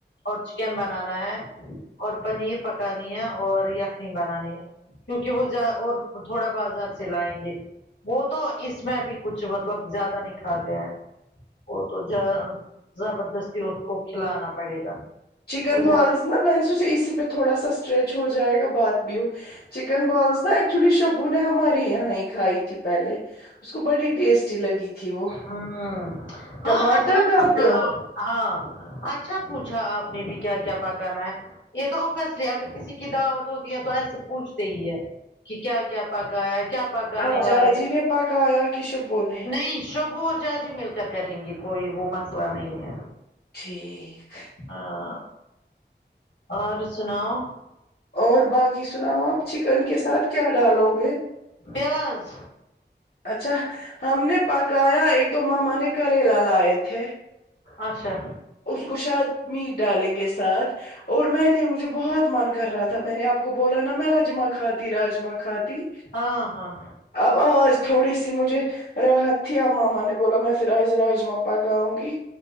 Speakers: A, on the left; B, on the left.
A: اور چکن بنانا ہیں اور پنیر پکانی ہے اور یخنی بنانی ہے کیونکہ وہ اور تھوڑا بازار سے لائیں گے وہ تو اس میں بھی کچھ مطلب زیادہ نہیں کھاتے ہیں وہ تو ج زبردستی اس کو کھلانا پڑے گا
B: چکن
A: وہ
B: بالز
A: زیادہ
B: نہا میں نے سوچے اسی پہ تھوڑا سا اسٹریچ ہو جائے گا بعد چکن بالس نا ایکچولی شبو نے ہمارے یہاں ہی کھائی تھی پہلے اس کو بڑی ٹیسٹی لگی تھی وہ
A: ہوں
B: ٹماٹر
A: ہاں اچھا
B: ڈالتے
A: پوجا
B: ہو
A: آپ ہاں اچھا پوچھا آپ نے بھی کیا کیا پکانا ہے یہ تو اوبوسلی اگر کسی کی دعوت ہوتی ہے تو ایسے پوچھتے ہی ہے کہ کیا کیا پکایا کیا پکانے
B: آپ
A: والے
B: جاجی نے پکایا کہ شبو نے
A: نہیں شب وہ جاج ہی مل کر کریں گی کوئی وہ مسئلہ نہیں ہے
B: ٹھیک
A: ہاں اور سناؤ
B: اور باقی سناؤ آپ چکن کے ساتھ کیا ڈالو گے
A: پیاز
B: اچھا ہم نے پکایا ایک دو ماما نے کریلا لائے تھے
A: اچھا
B: اس کو شاید میٹ ڈالیں گے ساتھ اور میں نے مجھے بہت من کر رہا تھا میں نے آپ کو بولا نا میں راجما کھاتی راجما کھاتی
A: ہاں ہاں
B: اب آج تھوڑی سی مجھے راحت تھی اب ماما نے بولا میں پھر آج راجما پکاؤں گی